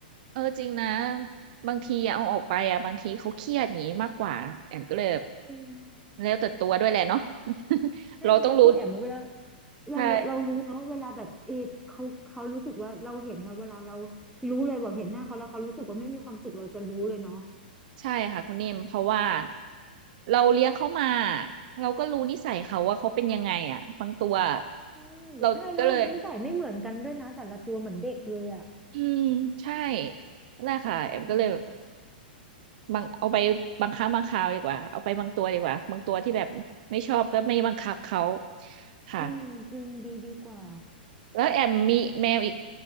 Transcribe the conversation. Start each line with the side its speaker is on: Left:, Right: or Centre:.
Right: เออจริงนะบางทีอะเอาออกไปอะบางทีเขาเครียดอย่างนี้มากกว่าแอมก็เลยแบบ
Centre: อืม
Right: แล้วแต่ตัวด้วยแหละเนาะ <laughs>
Centre: ใช่ไหมคุณแอมเวลา
Right: เราต้องรู้
Centre: เราเรารู้เนาะเวลาแบบเอเขาเขารู้สึกว่าเราเห็นนะเวลาเรา
Right: ใช่
Centre: รู้เลยแบบเห็นหน้าเขาแล้วเขารู้สึกว่าไม่มีความสุขเราจะรู้เลยเนาะ
Right: ใช่ค่ะคุณนิ่มเพราะว่าเราเลี้ยงเขามาเราก็รู้นิสัยเขาว่าเขาเป็นยังไงอ่ะบางตัว
Centre: ใช่
Right: เราก็เลย
Centre: ใช่แล้วนิสัยไม่เหมือนกันด้วยนะแต่ละตัวเหมือนเด็กเลยอ่ะ
Right: อืมใช่นั่นแหละค่ะแอมก็เลยแบบ
Centre: อืม
Right: บางเอาไปบางครั้งบางคราวดีกว่าเอาไปบางตัวดีกว่าบางตัวที่แบบไม่ชอบก็ไม่บังคับเขาค่ะ
Centre: เออจริงดีดีกว่า
Right: แล้วแอมมีแมวอีก